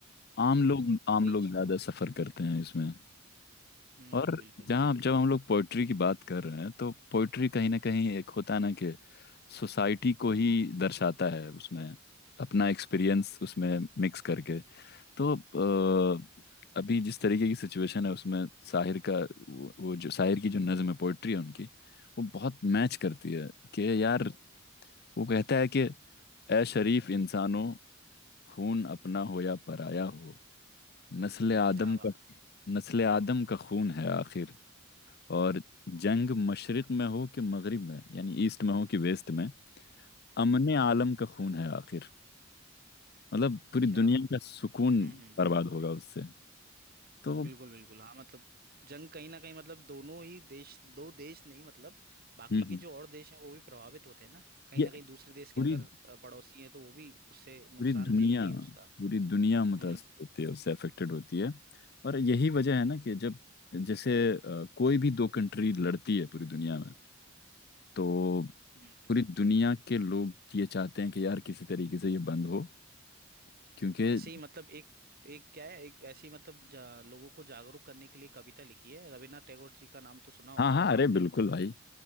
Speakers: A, on the left; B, on the right.
A: आम
B: तो
A: लोग
B: वही
A: आम लोग
B: चीज
A: ज्यादा
B: है
A: सफर करते हैं इसमें
B: हम्म
A: और
B: बिल्कुल
A: जहाँ
B: बिल्कुल
A: जब हम लोग पोइट्री की बात कर रहे हैं तो पोइट्री कहीं ना कहीं एक होता है ना कि सोसाइटी को ही दर्शाता है उसमें अपना एक्सपीरियंस उसमें मिक्स करके तो अ, अभी जिस तरीके की सिचुएशन है उसमें शाहिर का वो, वो जो शाहिर की जो नज्म है पोइट्री है उनकी वो बहुत मैच करती है कि यार वो कहता है कि ए शरीफ इंसानों खून अपना हो या पराया हो नस्ल आदम
B: क्या बात
A: का नस्ल आदम का खून है आखिर और जंग मशरिक में हो कि मगरिब में यानी ईस्ट में हो कि वेस्ट में अमने आलम का खून है आखिर मतलब पूरी
B: क्या
A: दुनिया
B: बात
A: का सुकून
B: हम्म हम्म
A: बर्बाद होगा उससे तो हम्म
B: बिल्कुल बिल्कुल हाँ मतलब जंग कहीं ना कहीं मतलब दोनों ही देश दो देश नहीं मतलब बाकी
A: हम्म,
B: के जो और देश हैं वो भी प्रभावित होते हैं ना कहीं
A: ये
B: ना कहीं दूसरे देश के
A: पूरी
B: अगर अ, पड़ोसी हैं तो वो भी उससे नुकसान
A: पूरी दुनिया
B: झेलेंगे उसका
A: पूरी दुनिया मुतासर
B: हम्म
A: होती है उससे अफेक्टेड होती है और यही वजह है ना कि जब जैसे अ, कोई भी दो कंट्री लड़ती है पूरी दुनिया में तो
B: हम्म।
A: पूरी दुनिया के लोग ये चाहते हैं कि यार किसी तरीके से ये बंद हो क्योंकि
B: ऐसे ही मतलब एक एक क्या है एक ऐसी मतलब जा, लोगों को जागरूक करने के लिए कविता लिखी है रविन्द्रनाथ टैगोर जी का नाम तो सुना होगा
A: हाँ हाँ
B: आपने
A: अरे बिल्कुल भाई